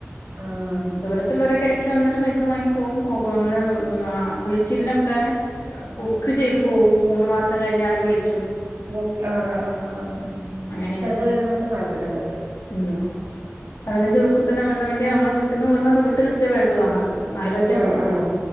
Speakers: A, on the right; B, on the left.
A: ആഹ്
B: ഉം ദൂരത്ത്ള്ളൊരൊക്കെ എടക്ക് വന്ന്ട്ട് മെര്ന്ന് വാങ്ങി പോവും. ഓ <unintelligible> നമ്മളെ ആഹ് ഉഴിച്ച്ൽനൊക്കെ ബുക്ക് ചെയ്ത് പോവും മൂന്ന് മാസം കഴിഞ്ഞാ അവര് വിളിക്കും.
A: ബുക്ക് ആഹ് ആഹ് ആഹ്
B: ഉം അങ്ങനെയാണ്
A: ക്ഷത് <unintelligible> നമ്മക്ക് നല്ലത്.
B: ഉം പതിനഞ്ച് ദിവസത്തിന് മെര്ന്ന് വേണ്ട്യേ അമ്മളെ വീട്ട്ന്ന് വന്ന് വ്ട്ട് നിക്കേ വേണ്ടൂ അമ്മള <unintelligible> ഉം ആരോഗ്യം
A: ആഹ് ആഹ്